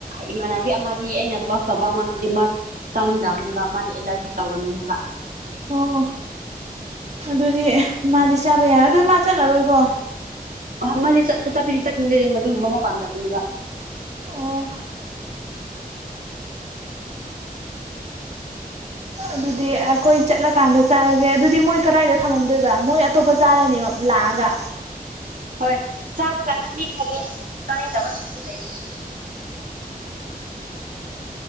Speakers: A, on the right (about 60°); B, on the right (about 45°).
A: ꯏꯃꯥꯟꯅꯕꯤ ꯑꯃꯗꯤ ꯑꯩꯅ ꯀ꯭ꯂꯣꯁ ꯇꯧꯕ ꯑꯃꯗꯨꯗꯤ ꯃꯥ ꯆꯥꯅꯤꯡꯗꯕꯅꯦꯕ ꯃꯥꯗꯤ ꯑꯦꯂꯔꯖꯤ ꯇꯧꯒꯟꯕꯅꯦꯕ
B: ꯑꯣ ꯑꫭ ꯑꯗꯨꯗꯤ ꯃꯥꯗꯤ ꯆꯥꯕ ꯌꯥꯏ ꯑꯗꯨ ꯃꯥ ꯆꯠꯂꯔꯣꯏꯀꯣ
A: ꯑ ꯃꯥꯗꯤ ꯆꯠꯄ ꯆꯠꯄꯤ ꯆꯠꯈꯤꯅꯤꯡꯗꯦ ꯃꯗꯨꯒꯨꯝꯕ ꯑꯃ ꯄꯥꯝꯗꯕꯅꯦꯕ
B: ꯑꯣ ꯑꯗꯨꯗꯤ ꯑꯩꯈꯣꯏ ꯆꯠꯂꯀꯥꯟꯗ ꯆꯥꯔꯖꯦ ꯑꯗꯨꯗꯤ ꯃꯣꯏ ꯀꯔꯥꯏꯗ ꯊꯝꯃꯝꯗꯣꯏꯕ ꯃꯣꯏ ꯑꯇꯣꯞꯄ ꯆꯥꯔꯅꯦꯕ ꯂꯥꯛꯑꯒ
A: ꯍꯣꯏ ꯆꯥꯕ ꯀꯥꯟꯅ ꯃꯤ ꯊꯥꯗꯦ ꯆꯥꯅꯤꯡꯗꯕꯁꯨ ꯂꯩꯕꯅꯦ